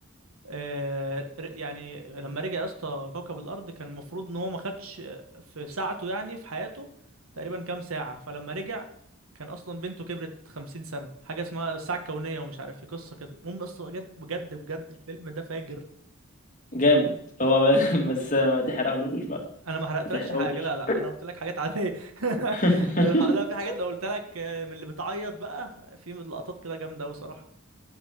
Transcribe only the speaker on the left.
جامد هو ب- <laughs> بس ما تحرقلوش بقى
ما تحرقوش
<laughs>